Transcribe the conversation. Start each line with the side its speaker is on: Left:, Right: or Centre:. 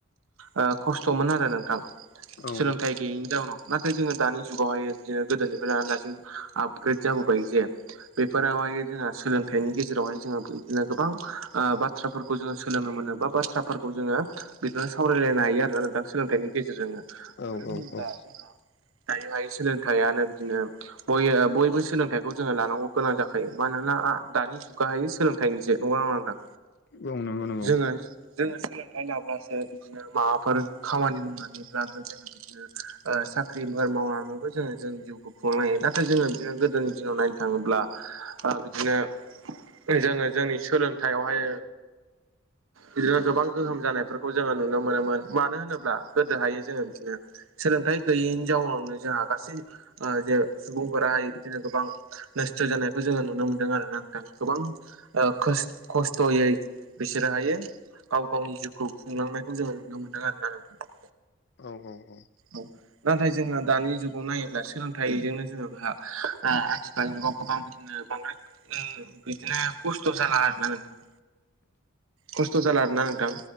Right: ओ खस्थ'मोन आरो नोंथां
Left: औ
Right: सोलोंथाइ गोयैनि जाउनाव, नाथाय जोङो दानि जुगावहायो बिदिनो गोदोनिफ्राय लानानै दासिम आपग्रेद जाबोबाय जे बेफोरावहायो जोंहा सोलों थाइनि गेजेरावहाय जोङो बैदिनो गोबां आ बाथ्राफोरखौ जोङो सोलोंनो मोनो बा बाथ्राफोर खौ जोङो बिदिनो सावरायलायनो हायो आरोना नोंथां सोलोंथाइनि गेजेरजोंनो। मानो
Left: औ
Right: होनोब्ला
Left: औ औ
Right: जोंहा दायोहाय सोलोंथाइयानो बिदिनो बयो बयबो सोलोंथाइखौ जोङो लानांगौ गोनां जाखायो मानोना आ दानि जुगाहायो सोलोंथाइनिसो नङा नङा नोंथां
Left: औ नंगौ नंगौ
Right: जोङो जोङो सोलों फाय लाब्लासो बिदिनो माबाफोर खामानि मावनानैब्लाबो जों <unintelligible> ओ साख्रि बार मावनानैबो जोङो जों जिउखौ खुंनो हायो नाथाय जोङो बिदिनो गोदोनि दिनाव नाय थाङोब्ला आ बिदिनो बे जोङो जोंनि सोलोंथाइयावहाय बिदिनो गोबां गोहोम जानायफोरखौ जोङो नुनो मोनोमोन मानो होनोब्ला गोदोहायो जोङो बिदिनो सोलोंथाइ गैयैनि जाउनावनो जोंहा गासै ओ जे सुबुंफोराहाय बिदिनो गोबां नोस्थो जानायखौ जोङो नुनो मोनदों आरोना नोंथां गोबां ओ खोस खस्थ'यै बिसोरो हायो गाव गावनि जिउखौ खुंलांनायखौ जोङो नुनो मोन्दों आरोना नोंथां
Left: औ औ औ
Right: औ नाथाय जोङो दानि जुगाव नायो ब्ला सोलोंथाइजोंनो जोङो बोहा आ आथिखाल जुगाव गोबां बिदिनो अने ओ बिदिनो खस्थ' जाला आरो ना नोंथां खस्थ' जाला आरोना नोंथां